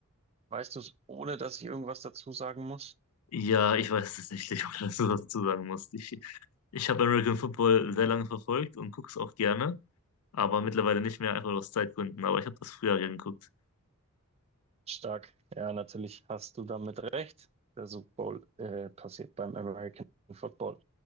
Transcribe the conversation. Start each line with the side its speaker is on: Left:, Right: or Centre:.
Right: Weißt du es, ohne dass ich irgendwas dazu sagen muss?
Left: Ja, ich weiß tatsächlich, ob das so dazu sagen muss. Ich, Ich habe American Football sehr lange verfolgt und gucke es auch gerne, aber mittlerweile nicht mehr, einfach aus Zeitgründen. Aber ich habe das früher gern geguckt.
Right: Stark. Ja, natürlich hast du damit recht. Der Super Bowl äh, passiert beim American Football.